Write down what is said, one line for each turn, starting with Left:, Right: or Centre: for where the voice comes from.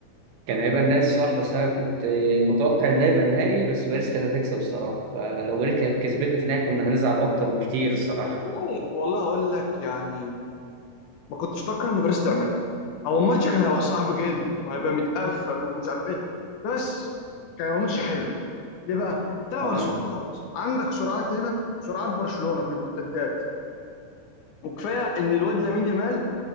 Right: كان هيبقى نهائي صح بس انا كنت متوقع ان ده يبقى نهائي بس باريس كانت هتكسب الصراحة فلو باريس كانت كسبتنا في النهائي كنا هنزعل اكتر بكتير الصراحة
Left: والله والله اقول لك يعني ما كنتش اتوقع ان باريس تعملها هو الماتش كان هيبقى صعب جدا وهيبقى متقفل ومش عارف ايه بس كان هيبقى ماتش حلو ليه بقى؟ تلعب
Right: اه
Left: على سرعات عندك سرعات هنا وسرعات برشلونة في المرتدات وكفايه ان الواد لامين يامال